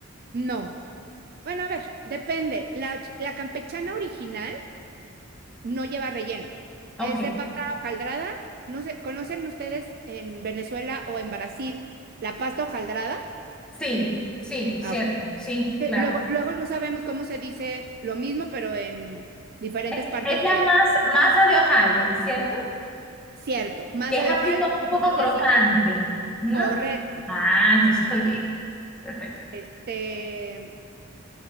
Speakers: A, on the right (about 45°); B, in the centre.
A: no. Bueno, a ver, depende. La, la campechana original no lleva relleno.
B: Ok.
A: Es de pasta hojaldrada. No sé, ¿conocen ustedes en Venezuela o en Brasil la pasta hojaldrada?
B: Sí, sí, cierto,
A: Ah,
B: sí,
A: que
B: claro.
A: Luego, luego no sabemos cómo se dice lo mismo, pero en diferentes
B: Es,
A: partes
B: es la
A: de,
B: masa, masa de hojaldre, ¿cierto?
A: cierto, masa
B: Que es
A: de
B: así
A: hojaldre,
B: como un poco
A: nosotros
B: crocante,
A: le decimos
B: ¿no?
A: correcto,
B: Ah, entonces estoy bien. Perfecto.
A: este,